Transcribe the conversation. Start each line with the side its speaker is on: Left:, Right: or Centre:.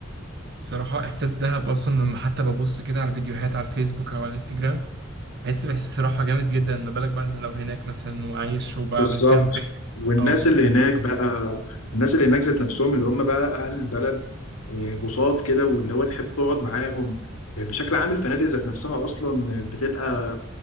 Right: بصراحة إحساس دهب أصلا لما حتى ببص كده على فيديوهات على الفيسبوك أو على الانستجرام بحس بحس صراحة جامد جدا ما بالك بقى إن لو هناك مثلا وعايش وبعمل
Left: بالظبط
Right: كامبينج
Left: والناس
Right: اه
Left: اللي هناك بقى الناس اللي هناك ذات نفسهم اللي هم بقى اهل البلد آه، بساط كده واللي هو تحب تقعد معاهم آه، بشكل عام الفنادق ذات نفسها اصلا بتبقى